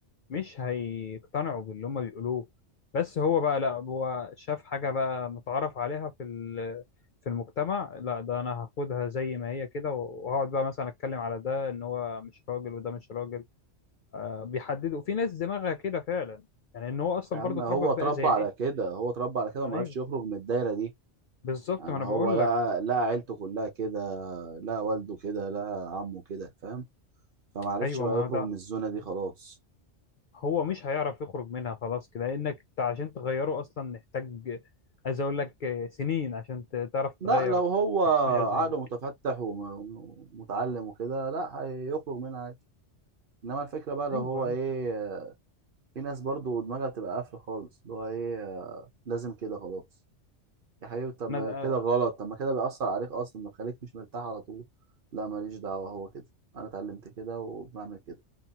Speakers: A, on the left; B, on the right.
A: مش هيقتنعوا باللي هم بيقولوه بس هو بقى لا هو شاف حاجة بقى متعارف عليها في ال- في المجتمع لا ده انا هاخدها زي ما هي كده وهقعد بقى مثلا اتكلم على ده ان هو مش راجل وده مش راجل آه بيحددوا في ناس دماغها كده فعلا يعني ان هو اصلا
B: يا عم
A: برضه اتربى
B: هو
A: في
B: اتربى
A: بيئة زي
B: على
A: دي
B: كده هو اتربى على كده وما
A: ايوه
B: عرفش يخرج من الدايرة دي
A: بالظبط
B: يعني
A: ما انا
B: هو
A: بقول
B: لقى
A: لك
B: لقى عيلته كلها كده لقى والده كده لقى عمه كده فاهم فما عرفش
A: ايوه
B: بقى
A: ما
B: يخرج
A: هو ده
B: من الزونة دي خلاص
A: هو مش هيعرف يخرج منها خلاص كده لانك إنت عشان تغيره اصلا محتاج عايز اقول لك آه، سنين عشان ت- تعرف
B: لا
A: تغير
B: لو هو
A: شخصية زي
B: عقله
A: دي
B: متفتح وم- ومتعلم وكده لا هيخرج منها عادي انما الفكرة بقى لو
A: ايوه
B: هو ايه في ناس برضو دماغها بتبقى قافلة خالص اللي هو ايه لازم كده خلاص يا حبيبي طب ما
A: انا
B: كده غلط طب ما كده بيأثر عليك أصلا ما بيخليك مش مرتاح على طول لا ماليش دعوة هو كده أنا اتعلمت كده وبعمل كده